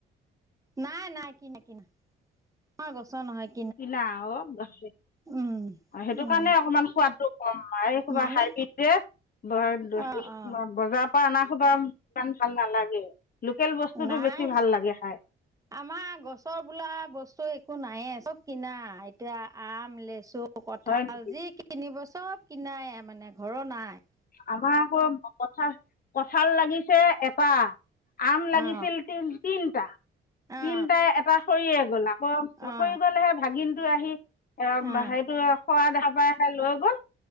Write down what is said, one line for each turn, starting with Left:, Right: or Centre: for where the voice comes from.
Right: নাই নাই কিনা কিনা, আমাৰ গছৰ নহয়।
Left: কিনা অ সেইটো
Right: উম উম
Left: কাৰণে অকমান সোৱাদটো কম এই কিবা
Right: মানে
Left: হাইব্ৰীড যে
Right: অ অ
Left: বজাৰ পৰা আনা হোপা ইমান ভাল নালাগে, লোকেল বস্তুটো
Right: নাই
Left: বেছি ভাল লাগে খাই।
Right: আমাৰ গছৰ বোলা বস্তু একো নায়ে চব কিনা এতিয়া আম, লেচু, কঁঠাল
Left: হয় নেকি?
Right: যি কিনিব চব কিনায় মানে ঘৰৰ নাই।
Left: আমাৰ আকৌ কঁঠাল কঁঠাল লাগিছে এটা। আম লাগিছিল
Right: অ
Left: তি তিনটা
Right: অ
Left: তিনটা এটা সৰিয়ে গল কৰ
Right: অ
Left: পৰিগল হে ভাগিনটো আহি এ
Right: অ
Left: সেইটো সৰা দেখা পাই হে লৈ গ'ল